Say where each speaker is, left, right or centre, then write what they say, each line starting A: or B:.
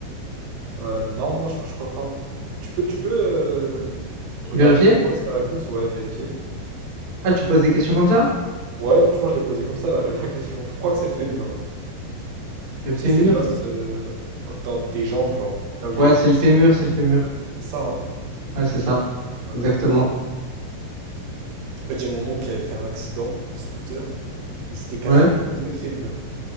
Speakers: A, on the right (about 80°); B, on the right (about 55°).
A: Euh, non, non, je, je crois pas. Tu peux, tu peux euh, regarder
B: Vérifier?
A: et voir si t'as la réponse, ouais, vérifier.
B: Ah, tu poses des questions comme ça?
A: Ouais, franchement, je l'ai posé comme ça la, <laughs> la question. Je crois que c'est le fémur.
B: Le fémur.
A: Tu sais, c'est l'os euh, dans des jambes, genre, là où il
B: Ouais,
A: y a les
B: c'est
A: cuisses.
B: le fémur, c'est le fémur.
A: C'est ça, hein.
B: Ouais, c'est ça.
A: Ouais.
B: Exactement.
A: En fait, j'ai mon oncle qui avait fait un accident de scooter. Il s'était cassé
B: Ouais.
A: les deux fémurs.